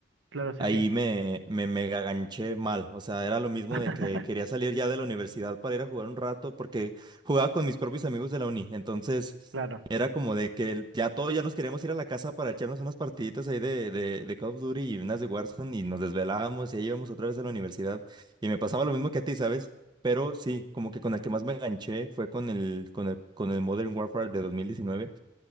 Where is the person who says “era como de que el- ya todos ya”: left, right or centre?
Right